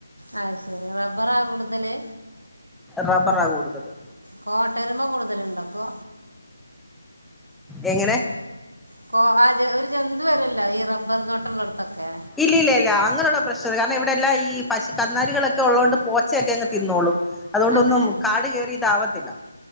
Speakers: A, on the right; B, in the centre.
A: അഹ് ശരി. റബ്ബറാ കൂടുതല്.
B: റബ്ബറാ കൂടുതല്.
A: കോട്ടരുമ്പോ കൂടുതലുണ്ടോ അപ്പൊ.
B: എങ്ങനെ.?
A: കോ ആഹ് ഒരു ജന്തു വരല്ലേ. ഈ റബ്ബർ തോട്ടള്ളൊട്ത്തൊക്കെ.
B: ഇല്യ ല്യ ല്യ. അങ്ങനെള്ള പ്രശ്ന കാരണം ഇവിടെ എല്ലാം ഈ പശു കന്നാലികളൊക്കെ ഉള്ളൊണ്ട് പോച്ചയക്കെ അങ് തിന്നോളും. അതൊണ്ടൊന്നും
A: അതെ
B: കാട് കയറി ഇതാവത്തില്ല.